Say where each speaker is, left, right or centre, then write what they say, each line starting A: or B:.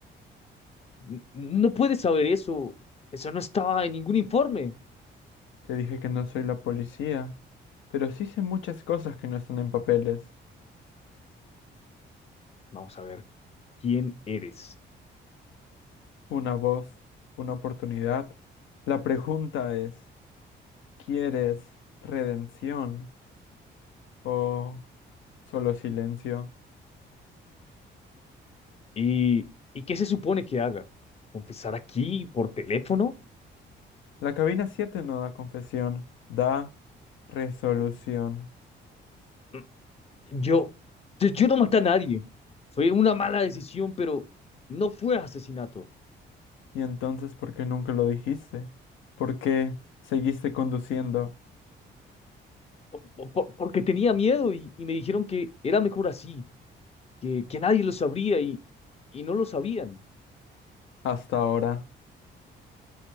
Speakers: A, on the left; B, on the left.
A: N- No puedes saber eso. Eso no estaba en ningún informe.
B: Te dije que no soy la policía, pero sí sé muchas cosas que no están en papeles.
A: Vamos a ver, ¿quién eres?
B: Una voz, una oportunidad. La pregunta es, ¿quieres redención o solo silencio?
A: ¿Y, y qué se supone que haga? ¿Confesar aquí por teléfono?
B: La cabina 7 no da confesión, da resolución.
A: Mm, Yo, yo, yo no maté a nadie. Fue una mala decisión, pero no fue asesinato.
B: ¿Y entonces por qué nunca lo dijiste? ¿Por qué seguiste conduciendo
A: Po- po- po- Porque tenía miedo y, y me dijeron que era mejor así. que, que nadie lo sabría y, y no lo sabían.
B: hasta ahora?